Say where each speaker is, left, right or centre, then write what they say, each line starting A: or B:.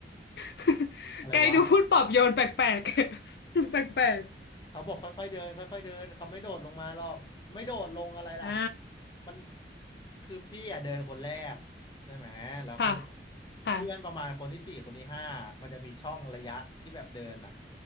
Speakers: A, on the left; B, on the left.
A: <laughs>
B: อะไรวะ
A: ไกลดูพูดปลอบโยนแปลกๆ <laughs> แปลก
B: เขาบอกค่อยๆเดินค่อยๆเดินเขาไม่โดดลงมาหรอกไม่โดดลงอะไรล่ะ
A: ๆอ่า
B: มันคือพี่อ่ะเดินคนแรกใช่ไหมแล้วคือแบบ
A: ค่ะค่ะ
B: เพื่อนประมาณคนที่สี่คนที่ห้ามันจะมีช่องระยะที่แบบเดินอ่ะ